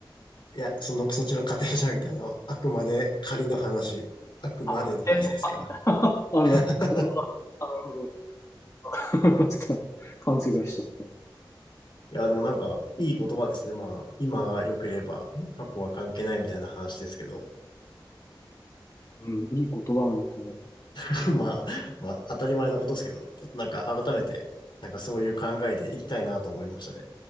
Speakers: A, on the left; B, on the left.
A: いや、その、そっちの家庭じゃなくて、あの、あくまで仮の話。あくまでの話ですか
B: あ、家庭の、<laughs> あ、
A: ら。
B: な、家
A: <laughs>
B: あ、なるほど。<laughs> ちょっと勘違いしちゃった。
A: いや、でもなんか、いい言葉ですね。まあ、今が良ければ、過去は関係ないみたいな話ですけど。
B: うん、いい言葉なのかな。
A: <laughs> まあ、まあ、当たり前のことですけど、ちょっとなんか改めて、なんかそういう考えでいきたいなと思いましたね。